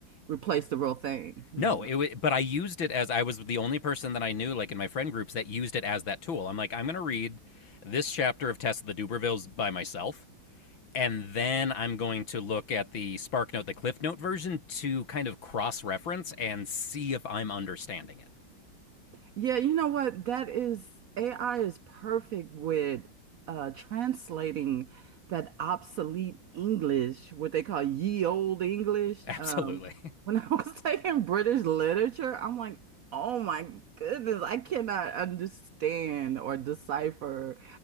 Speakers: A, on the right; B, on the left.
A: replaced the real thing, you
B: No,
A: know.
B: it wa but I used it as I was the only person that I knew, like in my friend groups, that used it as that tool. I'm like, I'm going to read this chapter of Tess of the Dubervilles by myself, and then I'm going to look at the SparkNote, the Cliff Note version to kind of cross reference and see if I'm understanding it.
A: Yeah, you know what? That is AI is perfect with uh translating that obsolete English, what they call ye old English.
B: <laughs> Absolutely.
A: Um, when I was <laughs> taking British literature, I'm like, oh my goodness, I cannot understand or decipher